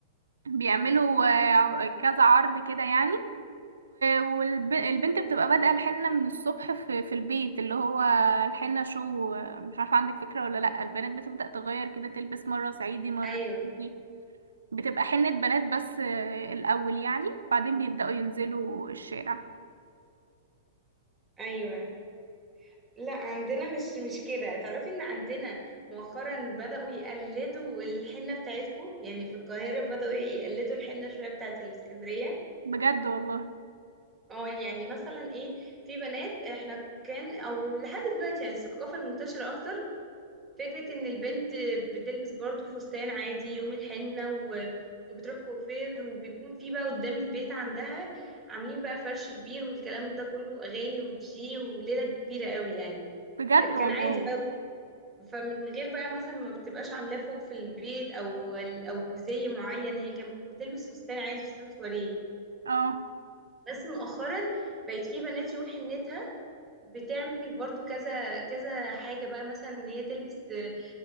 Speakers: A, on the right; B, on the right.
A: بيعملوا آه، كذا عرض كده يعني والبنت بتبقى بادئة الحنة من الصبح في... في البيت اللي هو الحنة شو آه، مش عارفة عندك فكرة ولا لأ البنات بتبدأ تغير كده تلبس مرة صعيدي مرة
B: ايوه
A: كردي. بتبقى حنة بنات بس آه، الأول يعني بعدين بيبدأوا ينزلوا الشارع
B: ايوه لا عندنا مش مش كده تعرفي ان عندنا مؤخرا بدأوا يقلدوا الحنة بتاعتكو يعني في القاهرة بدأوا يقلدوا الحنة شوية بتاعت الاسكندرية
A: بجد والله
B: اه يعني مثلا ايه في بنات احنا كان او لحد دلوقتي يعني الثقافة المنتشرة اكتر فكرة ان البنت بتلبس برضو فستان عادي يوم الحنة و وبتروح كوافير وبيكون في بقى قدام البيت عندها عاملين بقى فرش كبير والكلام ده كله اغاني ودجي وليلة كبيرة قوي يعني
A: بجد
B: كان
A: والله
B: عادي بقى فمن غير بقى مثلا ما بتبقاش عاملاه فوق في البيت او او بزي معين هي كانت بتلبس فستان عادي فستان سواريه
A: اه
B: بس مؤخرا بقت في بنات يوم حنتها بتعمل برضو كذا كذا حاجة بقى مثلا ان هي تلبس آه،